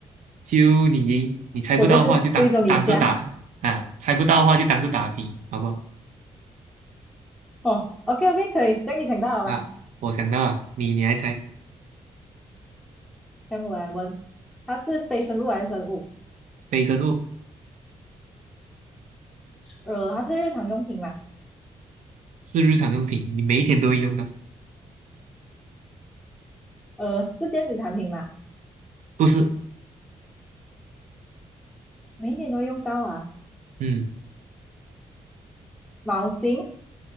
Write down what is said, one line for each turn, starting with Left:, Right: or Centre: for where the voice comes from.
Right: 就你赢；你猜不到的话就当当着打啊，
Centre: 我就是最终赢家。
Right: 猜不到的话就当着打平，好不好？
Centre: 哦，OK OK，可以，这样你想到了吗？
Right: 啊，我想到了，你你来猜，
Centre: 让我来问，它是非生物还是生物？
Right: 非生物
Centre: 呃，它是日常用品嘛？
Right: 是日常用品，你每一天都会用到，
Centre: 呃，是电子产品嘛？
Right: 不是？
Centre: 每一天都会用到啊，
Right: 嗯，
Centre: 毛巾、